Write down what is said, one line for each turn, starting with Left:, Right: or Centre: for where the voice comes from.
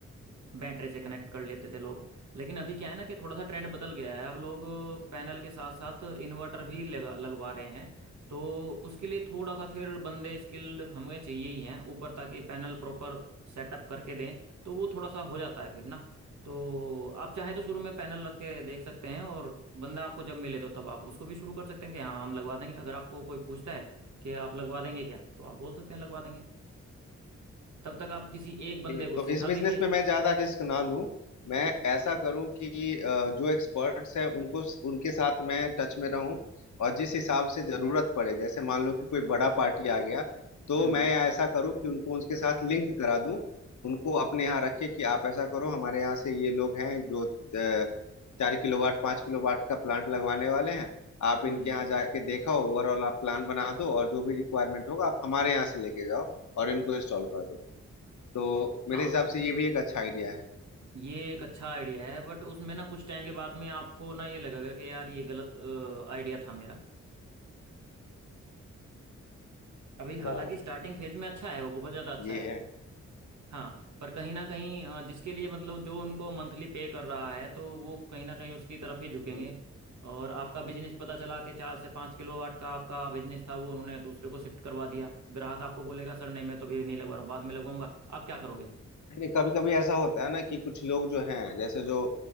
Right: बैटरी से कनेक्ट कर लेते थे लोग लेकिन अभी क्या है ना कि थोड़ा सा ट्रेंड बदल गया है अब लोग पैनल के साथ साथ इन्वर्टर भी लगा लगवा रहे हैं तो उसके लिए थोड़ा सा फिर बंदे स्किल्ड हमें चाहिए ही हैं ऊपर ताकि पैनल प्रॉपर सेटअप करके दें तो वो थोड़ा सा हो जाता है फिर ना तो आप चाहे तो शुरू में पैनल रख के देख सकते हैं और बंदा आपको जब मिले तो तब आप उसको भी शुरू कर सकते हैं कि हाँ हम लगवा देंगे अगर आपको कोई पूछता है कि आप लगवा देंगे क्या तो आप बोल सकते हैं लगवा देंगे तब तक आप किसी एक बंदे
Left: ये
Right: को
Left: तो
Right: सिखा
Left: इस बिजनेस
Right: दीजिए
Left: में मैं ज्यादा रिस्क ना लूं मैं ऐसा करूं कि अ, जो एक्सपर्ट्स हैं उनको उनके साथ मैं टच में रहूं और जिस हिसाब से जरूरत पड़े जैसे मान लो कि कोई बड़ा पार्टी आ गया तो
Right: हम्म
Left: मैं
Right: हम्म
Left: ऐसा करूं कि उनको उनके साथ लिंक करा दूं उनको अपने यहाँ रख के कि आप ऐसा करो हमारे यहाँ से ये लोग हैं जो अ, चार किलोवाट पाँच किलोवाट का प्लांट लगवाने वाले हैं आप
Right: हम्म
Left: इनके
Right: हम्म
Left: यहाँ जाके देखा ओवरऑल आप प्लान बना दो और जो भी रिक्वायरमेंट होगा आप हमारे यहाँ से लेके जाओ और इनको इंस्टॉल कर दो तो
Right: हाँ
Left: मेरे हिसाब से ये भी एक अच्छा आइडिया है
Right: ये एक अच्छा आइडिया है बट उसमें ना कुछ टाइम के बाद में आपको ना ये लगेगा कि यार ये गलत आइडिया था मेरा अभी हालांकि
Left: अच्छा
Right: स्टार्टिंग फेज में अच्छा है वो बहुत ज़्यादा अच्छा
Left: ये
Right: है
Left: है
Right: हाँ पर कहीं ना कहीं अ, जिसके लिए मतलब जो उनको मंथली पे कर रहा है तो वो कहीं ना कहीं उसकी तरफ ही झुकेंगे
Left: हम्म,
Right: और आपका बिजनेस पता चला कि चार से पाँच किलो वाट का आपका बिजनेस था वो उन्होंने दूसरे को शिफ्ट करवा दिया ग्राहक आपको बोलेगा सर नहीं मैं तो अभी नहीं लगवा रहा हूँ बाद में लगवाऊंगा आप क्या करोगे
Left: नहीं नहीं कभी कभी ऐसा होता है ना कि कुछ लोग जो हैं जैसे जो